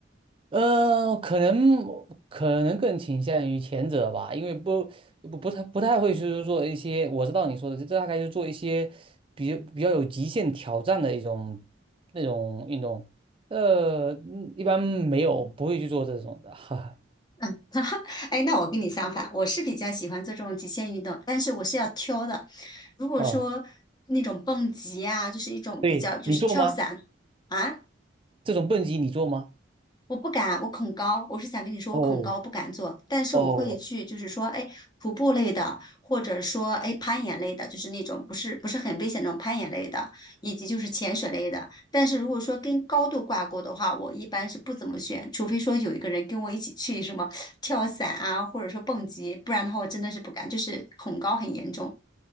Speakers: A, on the right (about 25°); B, on the left (about 20°).
A: 呃，可能可能更倾向于前者吧，因为不不不太不太会去做一些，我知道你说的，这大概就做一些比较比较有极限挑战的一种那种运动，呃，嗯一般没有不会去做这种的，<laughs> 哈哈。
B: <laughs> 哈哈，哎，那我跟你相反，我是比较喜欢做这种极限运动，但是我是要挑的。如果说那种蹦极啊，
A: 啊，
B: 就是一种比较就是跳伞
A: 对，你做吗？
B: 啊，
A: 这种蹦极你做吗？
B: 我不敢，我恐高。我是想跟你说，
A: 哦
B: 我恐高，我不敢做，但是我会去，
A: 哦，
B: 就是说，哎，徒步类的，或者说哎攀岩类的，就是那种不是不是很危险那种攀岩类的，以及就是潜水类的。但是如果说跟高度挂钩的话，我一般是不怎么选，除非说有一个人跟我一起去什么 <laughs> 跳伞啊，或者说蹦极，不然的话我真的是不敢，就是恐高很严重。